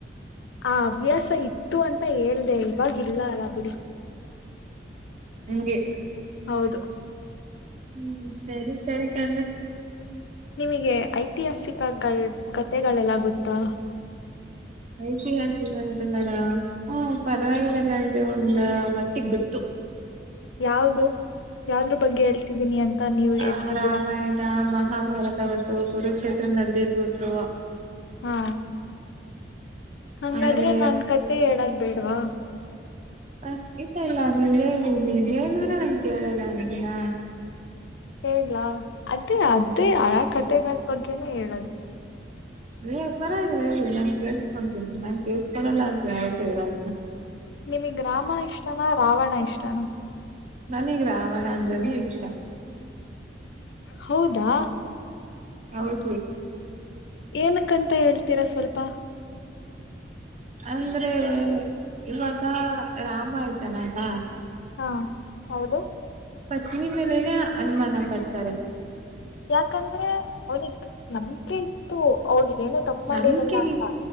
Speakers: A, on the left (about 75°); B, on the right (about 40°).
A: ಆ ಹವ್ಯಾಸ ಇತ್ತು ಅಂತ ಹೇಳ್ದ ಇವವಾಗಿಲ್ಲ ಅಲ್ಲ ಬಿಡಿ
B: ಹಗೆ
A: ಹೌದು
B: ಹ್ಮ ಸರಿ ಸರಿ ಕಣ್ರೆ
A: ನಿಮಗೆ ಐತಿಹಾಸಿಕ ಕತೆೆಗಳೆಲ್ಲ ಗೊತ್ತಾ
B: ಐತಿಹಾಸಿಕ ಅಂತಗಳ ಹ ಪರವಾಗಿಲ್ಲ ಗನ್್ರಿ ಒಂದ ಮಟ್ಟಿಗೆ ಗೊತ್ತು <inaudible>
A: ಯಾವ್ದ ಯಾವ್ದ್ರ ಬಗ್ಗೆ ಹೇಳ್ತಿದ್ದೀನಿ ಅಂತ ನೀವ್ ಹೇಳ್ತಿದ್ದೀರಾ
B: ಆಹ ರಾಮಾಯಣ ಮಹಾಭಾರತ ಗೊತ್ತು ಕುರುಕ್ಷೇತ್ರ ನಡದಿದ್ ಗೊತ್ತು
A: ಹಾ ಹಂಗಾದ್ರೆ
B: ಆಮೇಲೆ
A: ನನ್ ಕತೆ ಹೇಳದ ಬೇಡವಾ
B: ಹ ಇಲ್ಲಾನ ಹೇಳಿ ಹೇಳಿದ್ರೆ ನನ್ ಕೇಳಲ್ಲ ಅಂತೀಿನ
A: ಹೇಲಾ ಅದೇ ಅದೇ ಆ ಕಥೆಗಳ ಬಗ್ಗೆನೆ ಹೇಳದು
B: ಏ ಪರಾಗಿದೆ ಹೇಳಿ ನಾನನ್ ಕೇಸ್ಕೊತೀನಿ ನಾನ್ ಕೇಳಸ್ಕೊಳಲ್ಲ ಅಂತ ಯಯತು ಹೇಳೆ ಹ
A: ನಿಮಗ್ ಗ್ರಾಮ ಇಷ್ಟನಾ ರಾವಣ ಇಷ್ಟನಾ
B: ಮನಗ್ ರಾವಣ ಅಂದ್ರನ ಇಷ್ಟ
A: ಹೌದಾ
B: ಹೌಗ
A: ಏನಕ್ಕಂತ ಹೇಳ್ತೀರಾ ಸ್ವಲ್ಪ
B: ಅಂದ್ರೆ ಇವಾಗ ರಾಮ ಆಯ್ತಾನಲ್ಲ
A: ಹಾ ಹೌದು
B: ಪತ್ನಿ ಮೇಲೇನೆೇ ಅನುಮಾನ ಪಡ್ತಾರೆ
A: ಯಾಕಂದ್ರೆ ಅವ್ನಿಿಗೆ ನಮ್ಕೆ ಇತ್ತು ಅವಳಿಗೆ ಏನ ತಪ್ಪು ಮಾಡಿರಲ್ಲ
B: ನಂಬಿಕೆ
A: ಅಂತ